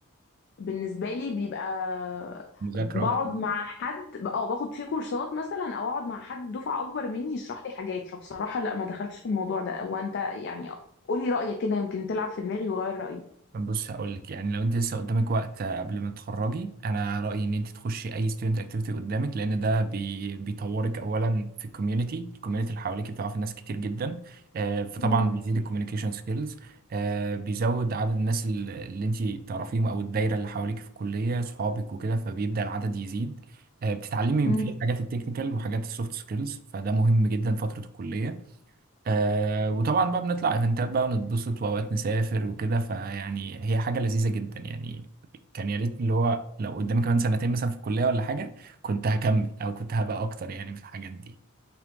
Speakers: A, on the left; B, on the right.
A: بالنسبة لي بيبقى
B: مذاكرة
A: بقعد
B: أكتر
A: مع حد او باخد فيه كورسات مثلا او اقعد مع حد دفعة اكبر مني يشرح لي حاجات فبصراحة لا ما دخلتش في الموضوع ده وانت يعني قولي رأيك كده يمكن تلعب في دماغي وغير رأيي
B: بص هقول لك يعني لو أنت لسه قدامك وقت آه، قبل ما تتخرجي أنا رأيي إن أنت تخشي أي ستودنت أكتيفيتي قدامك لأن ده بي بيطورك أولا في الكوميونتي الكوميونتي اللي حواليك بتعرفي ناس كتير جدا آه، فطبعا
A: امم
B: بيزيد الكوميونيكيشن سكيلز بيزود عدد الناس ال- اللي أنت تعرفيهم أو الدايرة اللي حواليك في الكلية صحابك وكده فبيبدأ العدد يزيد آه، بتتعلمي من
A: امم
B: فيه حاجات التكنيكال وحاجات السوفت سكيلز فده مهم جدا فترة الكلية آه وطبعا بقى بنطلع ايفنتات بقى ونتبسط واوقات نسافر وكده فيعني هي حاجه لذيذه جدا يعني كان يا ريت اللي هو لو قدامي كمان سنتين مثلا في الكليه ولا حاجه كنت هكمل او كنت هبقى اكتر يعني في الحاجات دي